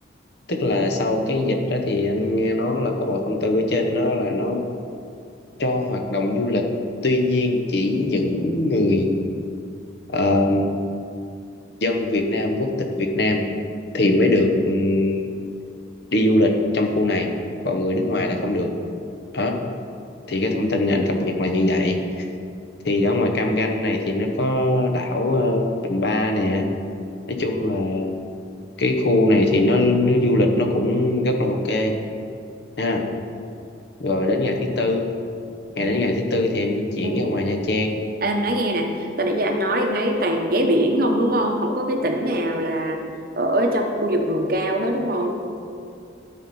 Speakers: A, on the left; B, on the right.
A: tức là sau cái dịch đó thì anh nghe nói là có bộ thông tư ở trên đó là nó cho hoạt động du lịch tuy nhiên chỉ những người ờ, dân Việt Nam quốc tịch Việt Nam thì mới được ừm, đi du lịch trong khu này còn người nước ngoài là không được đó thì cái thông tin này anh cập nhật là như vậy thì ở ngoài Cam Ranh này thì nó có đảo ờ, Bình Ba nè nói chung là cái khu này thì nó nó du lịch nó cũng rất là ok ha rồi đến ngày thứ tư
B: Ừ.
A: ngày đến ngày thứ tư thì em di chuyển
B: Ừ.
A: ra ngoài Nha Trang
B: Em nói nghe nè, từ nãy giờ anh nói em thấy toàn ghé biển không đúng không? Không có cái tỉnh nào là ở trong khu vực vùng cao hết đúng không?